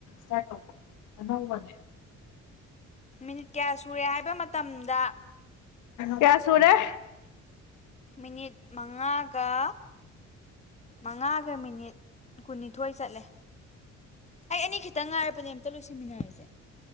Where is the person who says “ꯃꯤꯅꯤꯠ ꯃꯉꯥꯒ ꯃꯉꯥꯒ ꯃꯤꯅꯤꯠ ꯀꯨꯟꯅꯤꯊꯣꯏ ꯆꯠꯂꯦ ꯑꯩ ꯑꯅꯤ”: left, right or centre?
Left